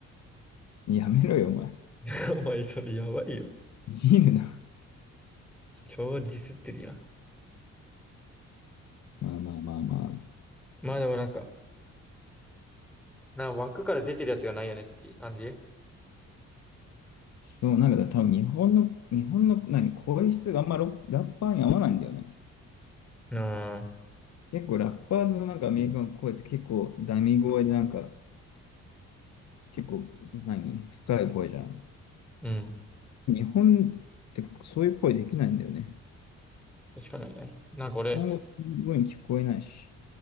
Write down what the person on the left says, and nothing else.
やめろよ、お前。
いじるな。
まあまあまあまあ。
そう、なんか多分日本の、日本の何、声質があんまロラッパーに合わないんだよね。
結構ラッパーのなんかアメリカの声って結構ダミ声でなんか結構何、深い声じゃん。
日本ってそういう声できないんだよね。
日本語すごい聞こえないし。